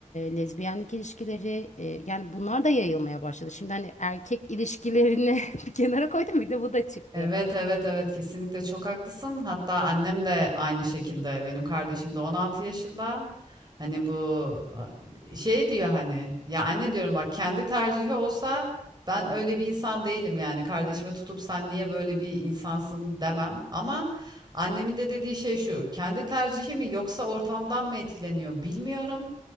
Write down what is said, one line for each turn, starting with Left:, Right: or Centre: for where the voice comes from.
Left: lezbiyenlik ilişkileri eee, yani bunlar da yayılmaya başladı. Şimdi hani erkek ilişkilerini <laughs> bir kenara koydum bir de bu da çıktı.
Right: Evet evet evet kesinlikle çok haklısın. Hatta annem de aynı şekilde. Benim kardeşim de 16 yaşında. Hani bu şey diyor hani ya anne diyorum bak kendi tercihi olsa ben öyle bir insan değilim yani. Kardeşime tutup sen niye böyle bir insansın demem. Ama annemin de dediği şey şu. Kendi tercihi mi yoksa ortamdan mı etkileniyor bilmiyorum.